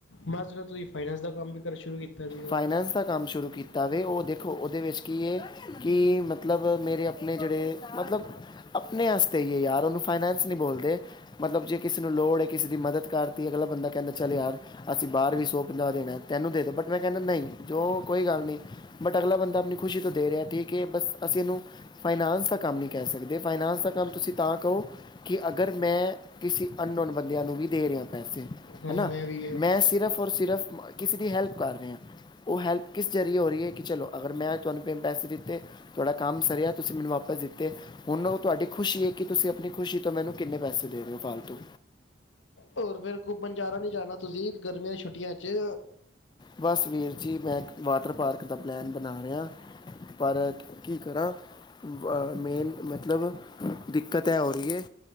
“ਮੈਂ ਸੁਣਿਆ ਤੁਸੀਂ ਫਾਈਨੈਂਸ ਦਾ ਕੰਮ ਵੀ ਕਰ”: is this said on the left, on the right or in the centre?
Left